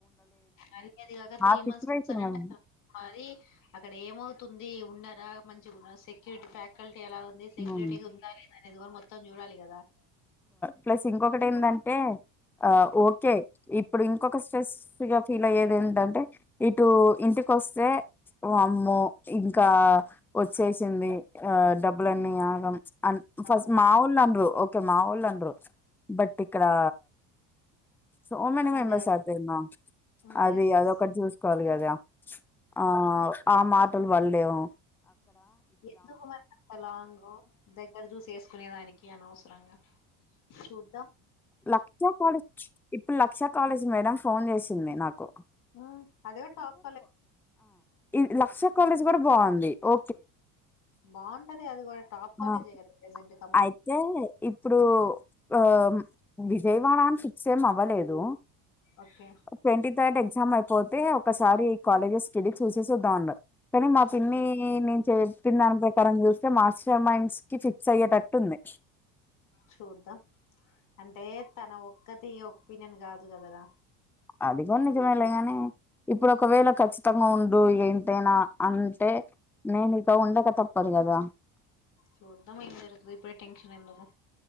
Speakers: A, on the left; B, in the centre.
A: అది కాక త్రీ
B: ఆ సిచ్యువేషన్
A: మంత్స్ వస్తారంటే
B: కదా
A: అ మరి అక్కడ ఏమవుతుంది ది ఉన్నారా మంచిగా ఉన్న సెక్యూరిటీ ఫ్యాకల్టీ ఎలా ఉంది సెక్యూరిటీగా
B: ఉమ్.
A: ఉందా లేదా ఎదివున్ మొత్తం చూడాలి కదా
B: ప్లస్ ఇంకొకటి ఏందంటే ఆ ఓకే ఇప్పుడు ఇంకొక స్ట్రెస్ గా ఫీల్ అయ్యేది ఏందంటే ఇటు ఇంటికోస్సే అమ్మో ఇంకా వచ్చేసింది డబ్బులన్నీ ఆగం అన్
A: అవును
B: ఫస్ట్ మాఊళ్ళన్రు కేమా వోల్ లండ్రు బట్ ఇక్కడా సో మేని
A: అదే
B: మెంబెర్స్
A: అదే
B: ఆర్ దేర్ నా
A: ఉమ్
B: అది
A: ఎస్ ఎస్
B: అదొక్కటి చూసుకోవాలి కదా ఆ
A: ఎస్
B: ఆ మాట లు వళ్లేవు
A: ఎందుకు మరంత లాంగు దగ్గర జూస్ వెస్కో కుణేదానికి అనవసరంగా చూద్దం
B: లక్ష కాలేజ్ ఇప్పుడు లక్షా కాలేజ్ మేడం ఫోన్ చేసింది నాకు కొ
A: ఉ అదేగా టాప్ కాలే
B: ఇది లక్ష కాలేజ్ గూడా బాగుంది ఓ
A: బావుంటద్ అధిగోట్ టాప్ కాలేజిగా
B: ఆ
A: కద ప్రజెంట్
B: అయితే ఇప్పుడు ఆ విజయవాడ అని ఫిక్స్ ఏం అవ్వలేదు
A: ఓకే
B: ట్వంటీ థర్డ్ ఎగ్జామ్ అయిపో పోతే ఒకసారి ఈ కాలేజెస్ స్టెడీ చూసేసి వద్దాం అన్నాడ్ కానీ మా పిన్నీ
A: ఓకే
B: నేను చెప్పిందాన్నీ ప్రకారం చూసి మాస్టర్ మైండ్స్ కి ఫిక్ చెయ్యేటట్టుంది
A: చూద్దాం అంటే తన ఒక్కతి ఒపీనియన్ కాదు కదరా
B: అది దిగుడు నిజమేగానీ ఇప్పుడు ఒకవేళ ఖచ్చితంగా ఉండు ఏంటైనా అంటే నేను నీతో ఉండక తప్పదు కదా
A: చూద్దాం ఏం జరుగుతదో ఇప్పుడె టెన్షన్ ఎందుకు